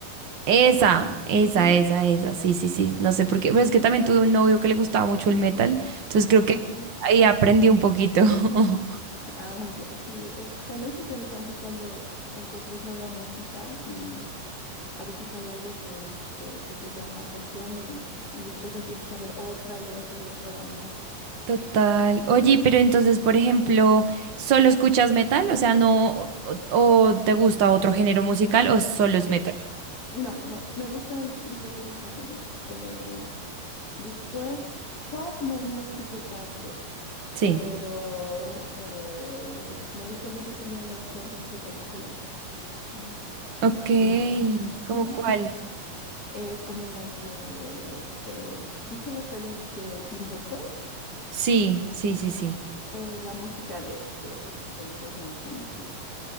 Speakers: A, on the right (about 50°); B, on the left (about 25°).
A: Esa, esa,
B: Ujú.
A: esa, esa. Sí, sí, sí. No sé por qué. Pues es que también tuve un novio que le gustaba mucho el metal. Entonces creo
B: Ah,
A: que
B: ok.
A: ahí aprendí un poquito. <laughs>
B: <laughs> Ah, ya, Sí, es bueno, es interesante cuando encuentras nueva música y a veces hay algo que, que, que te llama la atención y, y después empiezas a ver otra y otra y otra banda.
A: Total. Oye, pero entonces, por ejemplo, ¿solo escuchas metal? O sea, no, o, o te gusta otro género musical o solo es metal?
B: No, no, me gustan diferentes géneros. Eh, después, pop no, no escucho tanto,
A: Sí.
B: pero eh, me gustan mucho también los soundtracks de películas. Mm,
A: Ok,
B: de, ah, sí,
A: ¿cómo cuál?
B: <laughs> eh, como las de, eh, ¿viste las pelis de Tim Burton?
A: Sí, sí, sí, sí.
B: Eh, la música de, de estas películas me gusta mucho.